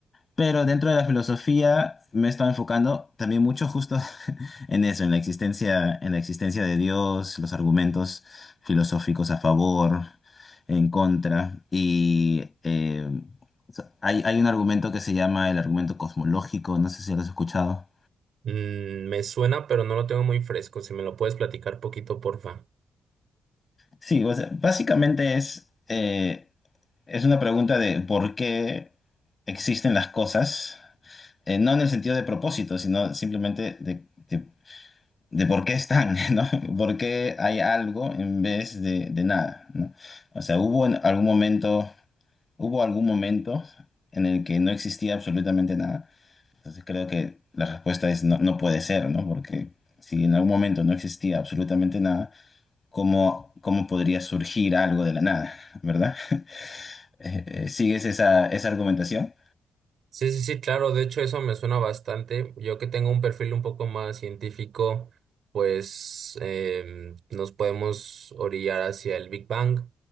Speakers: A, on the left; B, on the right.
A: Pero dentro de la filosofía me he estado enfocando también mucho justo <laughs> en eso, en la existencia, en la existencia de Dios, los argumentos filosóficos a favor, en contra. Y eh, hay, hay un argumento que se llama el argumento cosmológico, no sé si lo has escuchado.
B: Mm, me suena, pero no lo tengo muy fresco. Si me lo puedes platicar poquito, porfa.
A: Sí, o sea, básicamente es, eh, es una pregunta de por qué existen las cosas, eh, no en el sentido de propósito, sino simplemente de, de de por qué están, <laughs> ¿no? ¿Por qué hay algo en vez de, de nada, ¿no? O sea, hubo en algún momento, hubo algún momento en el que no existía absolutamente nada. Entonces creo que la respuesta es no, no puede ser, ¿no? Porque si en algún momento no existía absolutamente nada, ¿cómo, cómo podría surgir algo de la nada, ¿verdad? <laughs> Eh, eh, ¿Sigues esa, esa argumentación?
B: Sí, sí, sí, claro, de hecho eso me suena bastante. Yo que tengo un perfil un poco más científico, pues em, nos podemos orillar hacia el Big Bang.